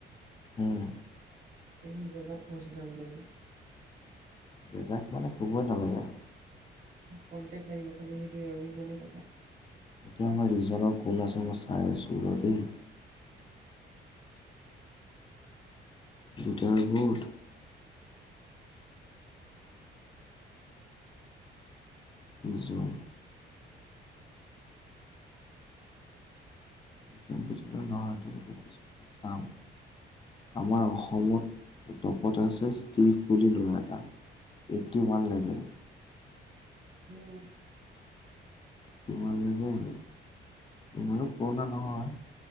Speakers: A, on the left; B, on the right.
A: উম।
B: একদম জেগাত পঁচি যামগে আমি।
A: জেগাত মানে ক'বই নালাগে আৱ।
B: কন্টেক লাগিব, খালি সেইটোয়ে আৰু সিমানেই কথা।
A: এতিয়া আমাৰ ৰিজনৰ কোন আছে, মই চাই আছোঁ ৰ দেই। দুই গুৰ দিছোঁ স্পীড নহয় এইটো, স্পীড পাম। আমাৰ অসমত টপত এছ ইছ ষ্টিভ বুলি লোৱা এটা এইটি ওৱান লেভেল।
B: উম।
A: কিমান লেবেল, ইমানো পুৰণা নহয়।